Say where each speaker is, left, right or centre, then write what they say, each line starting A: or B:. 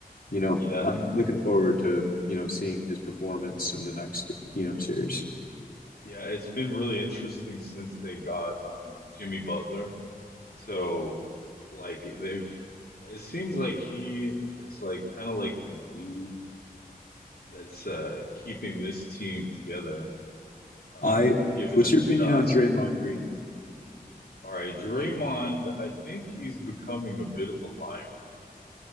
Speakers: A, on the left (about 65°); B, on the left (about 85°).
A: you know,
B: yeah.
A: I'm looking forward to, you know, seeing his performance in the next, you know, series.
B: Yeah, it's been really interesting since they got um Jimmy Butler. So like they've it seems like he is like kind of like the glue that's uh keeping this team together, um,
A: I,
B: giving
A: what's
B: them
A: your
B: a
A: opinion
B: shot.
A: on Draymond Green?
B: All right, Draymond, I think he's becoming a bit of a liability.